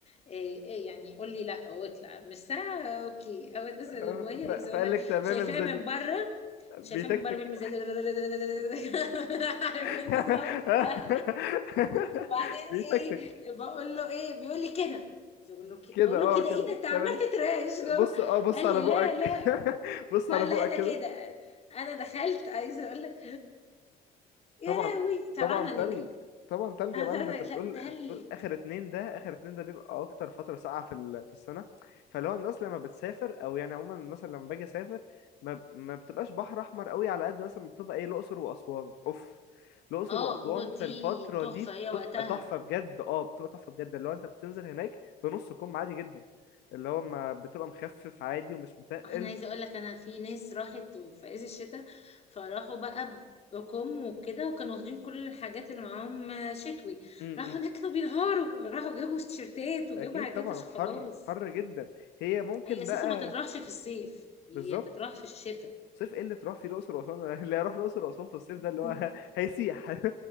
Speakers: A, on the left; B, on the left.
A: إيه إيه يعني قول لي لا واطلع مش ساقعه اوكي هو نازل
B: آه،
A: الميه
B: ف...
A: عايزه اقول
B: فقال
A: لك
B: لك تمام
A: شايفاه
B: انزلي
A: من بره
B: بيتكتك
A: شايفاه من بره بيعمل زي <laughs> عارف
B: <laughs>
A: النظام ده وبعدين
B: بيتكتك
A: ايه بقول له ايه بيقول لي كده بقول له كده
B: كده
A: بقول
B: اه
A: له كده
B: كده
A: ايه ده انت عمال
B: تمام.
A: تترعش جوه
B: بص اه بص
A: قال
B: على
A: لي
B: بقك
A: لا لا
B: <laughs> بص على
A: اه لا
B: بقك
A: ده
B: كده
A: كده انا دخلت عايزه اقول لك يا
B: طبعا
A: لهوي طلعنا
B: طبعا
A: نجري
B: تلج طبعا تلج
A: انا
B: يا معلم
A: طلعت-
B: انت بتقول
A: لا تلج
B: انت بتقول اخر اتنين ده اخر اتنين ده بيبقى اكتر فتره ساقعه في ال- في السنه فلو الناس لما بتسافر او يعني عموما مثلا لما باجي اسافر ما ب- ما بتبقاش بحر احمر قوي على قد مثلا بتبقى ايه الاقصر واسوان اوف الاقصر
A: اه
B: واسوان
A: هو دي
B: في الفتره
A: تحفة
B: دي
A: هي
B: بتبقى
A: وقتها
B: تحفه بجد اه بتبقى تحفه بجد اللي هو انت بتنزل هناك بنص كم عادي جدا اللي هو ما بتبقى مخفف عادي ومش متقل
A: انا عايزة اقول لك انا في ناس راحت في عز الشتاء فراحوا بقى بكم وكده وكانوا واخدين كل الحاجات اللي معاهم شتوي
B: م-
A: راحوا
B: م.
A: هناك كانوا بينهاروا راحوا جابوا تيشيرتات وجابوا
B: اكيد
A: حاجات
B: طبعا
A: عشان
B: حر
A: خلاص
B: حر جدا هي ممكن
A: هي اساسا
B: بقى
A: ما تطرحش في الصيف هي
B: بالظبط
A: تطرح في الشتاء
B: صيف ايه اللي تروح فيه الاقصر واسوان <laughs> اللي هيروح الاقصر واسوان في الصيف
A: <laughs>
B: ده اللي هو <laughs> هيسيح <laughs>